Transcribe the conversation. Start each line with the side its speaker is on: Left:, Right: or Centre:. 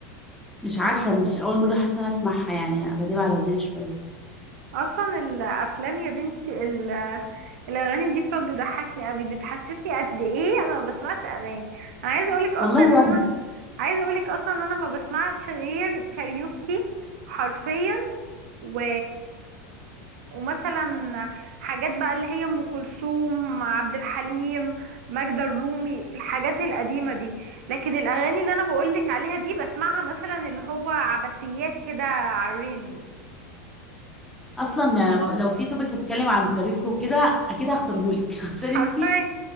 Centre: مش عارفه مش اول مره حاسه انا اسمعها يعني غريبه على وداني شويه
Right: اصلا الافلام يا بنتي ال- الاغاني دي بتقعد تضحكني قوي بتحسسني قد ايه انا ما بسمعش اغاني انا عايزه اقولك اصلا
Centre: والله
Right: ان
Centre: وانا
Right: انا عايزه اقولك اصلا ان انا ما بسمعش غير كاريوكي حرفيا و ومثلا حاجات بقى اللي هي ام كلثوم عبد الحليم ماجدة الرومي الحاجات القديمه دي لكن الاغاني اللي انا بقولك عليها دي بسمعها مثلا اللي هو عباسيات كده على الريلز
Centre: اصلا يعني لو في توبيك بيتكلم عن كاريوكي وكده اكيد هختارهولك <laughs> عشان
Right: حرفيا
Centre: انت